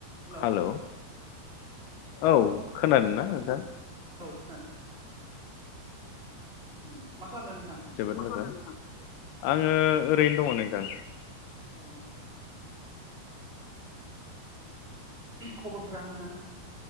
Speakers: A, on the right; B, on the left.
A: हेलौ
B: हेल, औ। खोनादों ना नोंथां?
A: दानो उम मा खालामदों नोंथां?
B: जोबोद मोजां आङो ओरैनो दङ नोंथां।
A: औ। खबरफोरा मोजां?